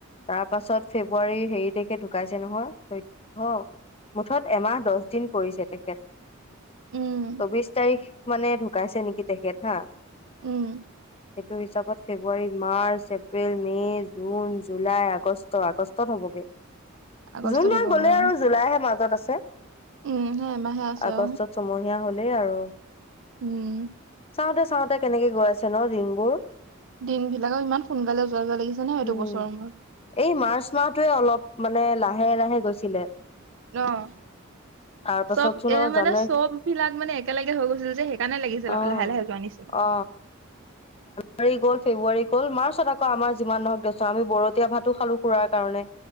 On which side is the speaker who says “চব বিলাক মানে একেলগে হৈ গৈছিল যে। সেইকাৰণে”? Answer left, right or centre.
Right